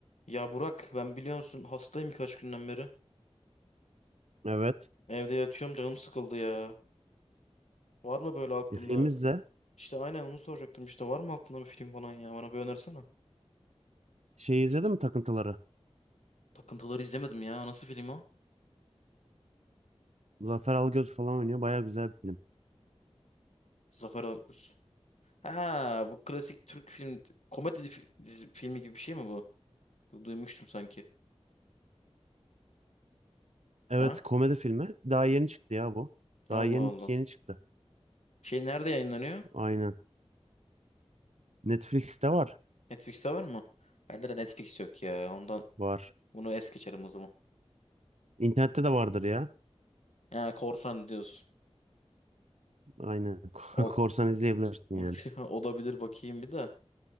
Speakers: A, on the left; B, on the right.
A: Ya Burak ben biliyorsun hastayım birkaç günden beri.
B: Evet.
A: Evde yatıyorum canım sıkıldı ya. Var mı böyle aklında?
B: E, film izle.
A: İşte aynen onu soracaktım işte var mı aklında bir film falan ya bana bir önersene.
B: Şey izledin mi Takıntıları?
A: Takıntıları izlemedim ya. Nasıl film o?
B: Zafer Algöz falan oynuyor. Baya güzel bir film.
A: Zafer Algöz. Ha bu klasik Türk film komedi fi- dizi- filmi gibi bir şey mi bu? Bu Duymuştum sanki.
B: Evet
A: Ha?
B: komedi filmi. Daha yeni çıktı ya bu.
A: Allah
B: Daha yeni
A: Allah.
B: yeni çıktı.
A: Şey nerede yayınlanıyor?
B: Aynen. Netflix'te var.
A: Netflix'te var mı? Bende de Netflix yok ya. Ondan
B: Var.
A: bunu es geçerim o zaman.
B: İnternette de vardır ya.
A: Ya korsan diyorsun.
B: Aynen. <laughs>
A: Ol...
B: Korsan izleyebilirsin
A: <laughs>
B: yani.
A: Olabilir bakayım bir de.